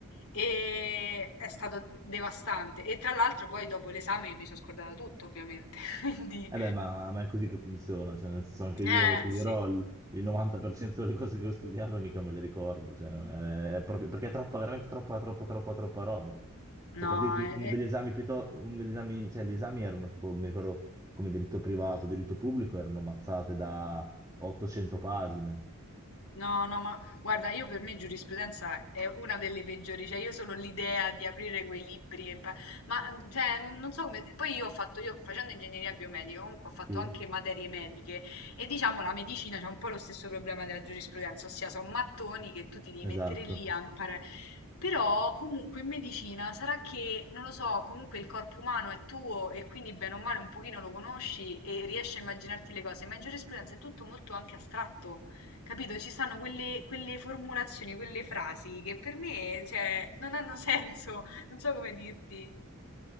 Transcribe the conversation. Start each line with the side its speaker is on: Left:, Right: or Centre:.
Left: e è stato devastante. E tra l'altro poi dopo l'esame mi sono scordata tutto, ovviamente, <laughs> quindi,
Right: Eh beh, ma, ma è così che funziona, cioè, nel senso anche
Left: eh,
Right: io ti dirò
Left: sì,
Right: il, il 90% delle cose che ho studiato mica me le ricordo, cioè, è, è proprio, perché è troppa, veramente troppa, troppa, troppa, troppa roba.
Left: no,
Right: Cioè, per dirti,
Left: è,
Right: uno
Left: è-
Right: degli esami piuttosto, uno degli esami, cioè, gli esami erano tipo, mi ricordo, come diritto privato, diritto pubblico, erano mazzate da 800 pagine.
Left: No, no, ma guarda, io per me giurisprudenza è una delle peggiori, cioè io solo l'idea di aprire quei libri, e impa- ma mm, cioè, non, non so come, poi io ho fatto, io facendo ingegneria biomedica comunque ho fatto
Right: Sì,
Left: anche materie mediche e diciamo la medicina c'è un po' lo stesso problema della giurisprudenza, ossia sono mattoni che tu ti devi
Right: esatto.
Left: mettere lì a imparare, però comunque in medicina sarà che, non lo so, comunque il corpo umano è tuo e quindi bene o male un pochino lo conosci e riesci a immaginarti le cose, ma in giurisprudenza è tutto molto anche astratto. Capito? Ci stanno quelle, quelle formulazioni, quelle frasi che per me, cioè, non hanno senso, <laughs> non so come dirti.